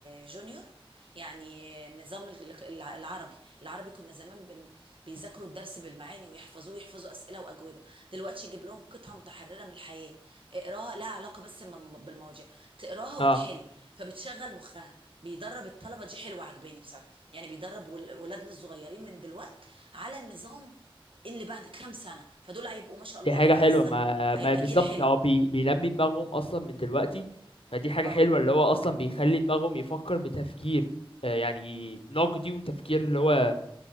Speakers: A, on the right (about 65°); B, on the left (about 70°).
A: جونيور يعني نظام ال- الع- العربي العربي كنا زمان بن بيذاكروا الدرس بالمعاني ويحفظوه يحفظوا أسئلة وأجوبة دلوقتي يجيب لهم قطعة متحررة من الحياة اقراها لها علاقة بس بالم- بالمواضيع تقراها
B: اه
A: وتحل فبتشغل مخها بيدرب الطلبة دي حلوة عجباني بصراحة يعني بيدرب ول- ولادنا الصغيرين من دلوقتي على النظام اللي بعد كام سنة فدول هيبقوا ما شاء الله
B: دي حاجة
A: أنا
B: حلوة
A: حاسة
B: ما
A: هيبقى
B: ما بالظبط
A: جيل حلو
B: هو بي... بينمي دماغهم اصلا من دلوقتي فدي حاجة
A: اه
B: حلوة اللي هو اصلا بيخلي دماغهم يفكر بتفكير آه، يعني نقدي وتفكير اللي هو